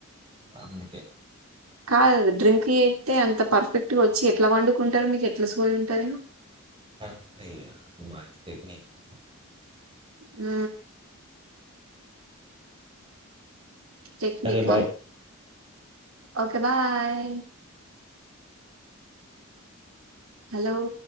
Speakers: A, on the right (about 25°); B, on the right (about 85°).
A: అందికే
B: కాదు డ్రింక్ చేతే అంత పర్ఫెక్ట్గా వచ్చి ఎట్లా పండుకుంటారు మీకు ఎట్లా సూజ ఉంటుంది
A: <inaudible>
B: ఆ టెక్నిక
A: సరే బాయ్
B: ఒకే బాయ్ హలో